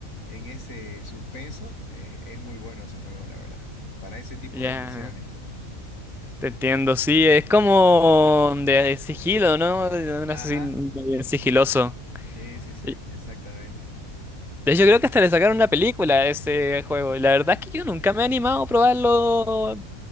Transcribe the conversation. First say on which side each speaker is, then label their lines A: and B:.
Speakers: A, on the left; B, in the centre.
A: en ese suspenso, es, es muy bueno ese juego, la verdad, para ese tipo
B: Ya,
A: de misiones.
B: te entiendo, sí, es como de sigilo, ¿no? De un
A: Ajá.
B: asesino sigiloso.
A: Sí, sí, sí,
B: De
A: exactamente.
B: hecho, creo que hasta le sacaron una película a ese juego. Y la verdad es que yo nunca me he animado a probarlo,